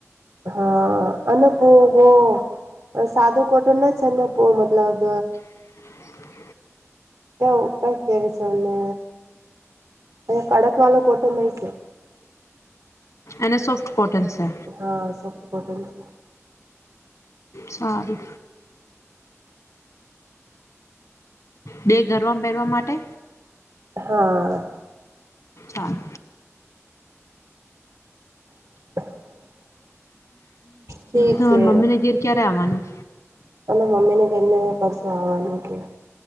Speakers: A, on the right; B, on the left.
A: હા અનેનપુવો સાદો કોટન ના છ ને પો મતલબ
B: હ
A: ક્યા ક કે વિ છેને એ કડક વાળો કોટો નહી છે
B: એના સાોફ્ટ કોટન છે
A: હા સોફ્ટ કોટન છે
B: સારું બે ઘરમાં પહેરવા માટે
A: હા
B: ન
A: <inaudible> ઠીક
B: તમારા
A: છે
B: મમ્મીને ઘેર ક્યારે આવવાનું
A: અને મમ્મી ને કરીને પરસો આવવાનું કે